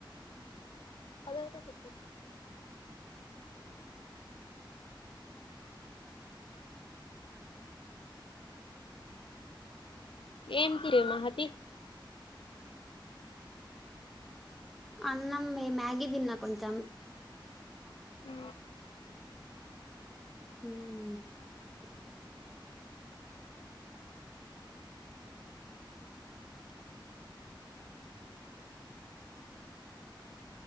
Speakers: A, on the left; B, in the centre.
A: అదొక్కటి ఏంటి రే మాహతి
B: అన్నం మే మ్యాగీ తిన్నా కొంచెం
A: అ
B: మ్మ్